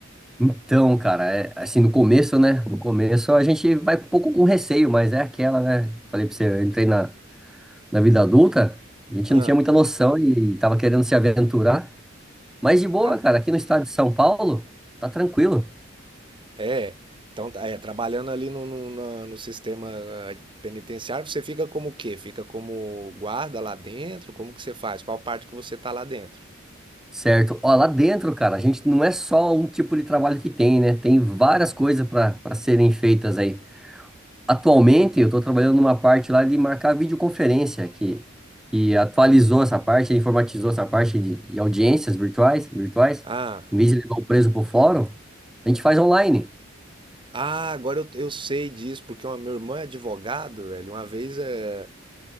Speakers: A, in the centre; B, on the right (about 25°).
A: Então, cara, é, assim, no começo, né? No começo a gente vai um pouco com receio, mas é aquela, né? Falei pra você, eu entrei na, na vida adulta, a gente
B: Ah,
A: não tinha muita noção e, e tava querendo se aventurar. Mas de boa,
B: ah,
A: cara, aqui no estado de São Paulo, tá tranquilo,
B: é. Então, tá, é, trabalhando ali no, no, na- no sistema ah, penitenciário, você fica como o quê? Fica como guarda lá dentro? Como que você faz? Qual parte que você tá lá dentro?
A: certo? Ó, lá dentro, cara, a gente não é só um tipo de trabalho que tem, né? Tem várias coisas pra para serem feitas aí. Atualmente eu estou trabalhando numa parte lá de marcar videoconferência que e atualizou essa parte, informatizou essa parte de, de audiências virtuais, virtuais.
B: Ah,
A: Em vez de levar o preso para o fórum, a gente faz online.
B: ah, agora eu, eu sei disso, porque uma, meu irmão é advogado, velho. Uma vez é,